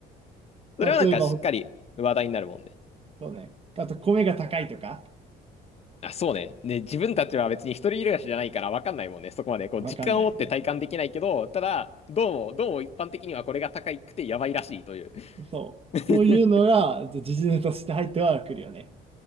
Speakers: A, on the left (about 40°); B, on the right (about 35°).
A: それはなんかしっかり話題になるもんね。
B: 例えば、ほそうね。あと、米が高いとか、
A: あ、そうね。ね、自分たちは別に一人暮らしじゃないから分かんないもんね。そこまでこう実感を持って体感できないけど、
B: わかんないね。そ
A: ただ、どうも、どうも一般的にはこれが高くてやばいらしいという。
B: う。そう。
A: <laughs>
B: そういうのが、時事ネタとして入ってはくるよね。